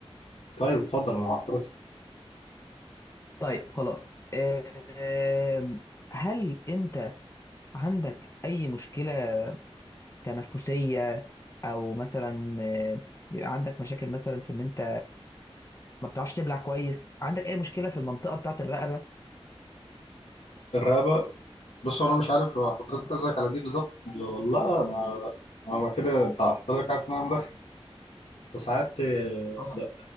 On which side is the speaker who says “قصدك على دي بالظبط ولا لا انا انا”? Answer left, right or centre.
Left